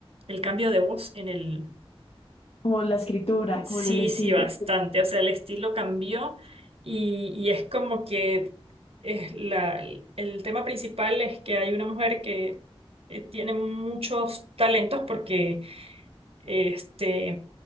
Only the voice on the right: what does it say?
el cambio de voz en el
Sí,
sí, bastante. O sea, el estilo cambió y, y es como que es la, el, el tema principal es que hay una mujer que eh, tiene muchos talentos porque este,